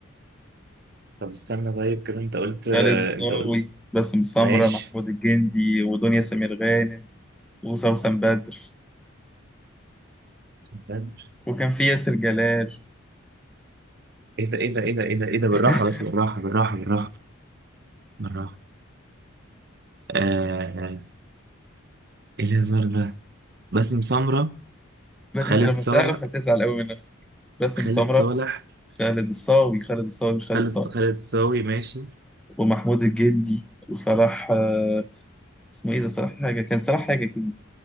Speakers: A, on the right (about 50°); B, in the centre.
A: طب استنى طيب كده انت قلت
B: خالد الصاوي
A: انت قلت
B: باسم سمرة
A: ماشي
B: محمود الجندي ودنيا سمير غانم وسوسن بدر
A: سنتر
B: وكان في ياسر جلال
A: ايه ده ايه ده ايه ده ايه ده ايه ده بالراحة
B: <laughs>
A: بس بالراحة بالراحة بالراحة بالراحة آه ايه الهزار ده باسم سمرة
B: بس
A: خالد
B: انت لما
A: صالح
B: تعرف هتزعل قوي من نفسك باسم
A: خالد
B: سمرة
A: صالح
B: خالد الصاوي خالد الصاوي مش خالد
A: خالد
B: صاوي
A: خالد صاوي ماشي
B: ومحمود الجندي وصلاح آه، اسمه ايه ده صلاح حاجة كان صلاح حاجة كده